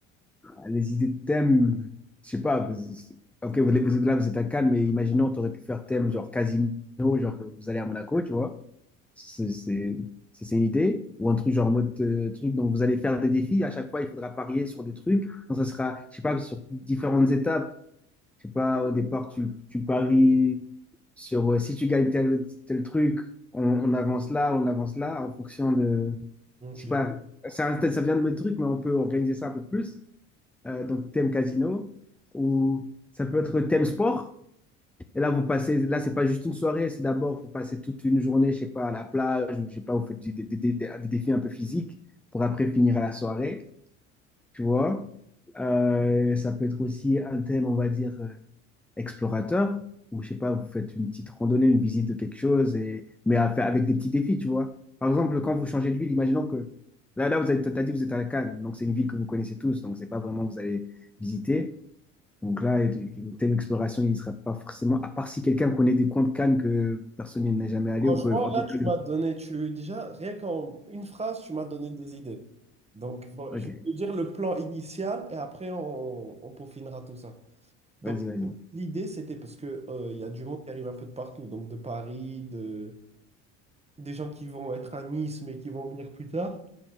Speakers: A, in the centre; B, on the right (about 15°).
A: Ah, Les idées de thème, je sais pas. vous- Ok, vous, vous êtes là, vous êtes à Cannes, mais imaginons, tu aurais pu faire thème genre casino, genre vous allez à Monaco, tu vois. C'est c'est- c'est- c'est une idée. Ou un truc genre en mode euh, truc, donc vous allez faire des défis. À chaque fois, il faudra parier sur des trucs. Donc ça sera, je sais pas, sur différentes étapes. Je sais pas, au départ, tu, tu paries sur euh, si tu gagnes tel, tel truc, on, on avance là, on avance là, en fonction de,
B: Ok.
A: je sais pas. Ça, ça vient de mes trucs, mais on peut organiser ça un peu plus euh, donc thème casino, ou ça peut être thème sport. Et là, vous passez, là, c'est pas juste une soirée, c'est d'abord, vous passez toute une journée, je sais pas, à la plage, ou je sais pas, vous faites du- des, des- des- des défis un peu physiques pour après finir à la soirée, tu vois. Euh, ça peut être aussi un thème, on va dire, euh, explorateur, ou je sais pas, vous faites une petite randonnée, une visite de quelque chose, et, mais à faire avec des petits défis, tu vois. Par exemple, quand vous changez de ville, imaginons que là, là, vous êtes, t'as dit, que vous êtes à Cannes, donc c'est une ville que vous connaissez tous, donc c'est pas vraiment que vous allez visiter. Donc là, le le thème exploration, il ne sera pas forcément, à part si quelqu'un connaît des coins de Cannes que personne n'y n'est jamais allé
B: Franchement,
A: ou que, en tout
B: là,
A: cas,
B: tu
A: le-
B: m'as donné, tu déjà, rien qu'en une phrase, tu m'as donné des idées. Donc, bon,
A: ok,
B: je vais te dire le plan initial et après, on, on peaufinera tout ça. Donc,
A: vas-y, vas-y.
B: l'idée, c'était parce que, euh, il y a du monde qui arrive un peu de partout, donc de Paris, de, des gens qui vont être à Nice, mais qui vont venir plus tard.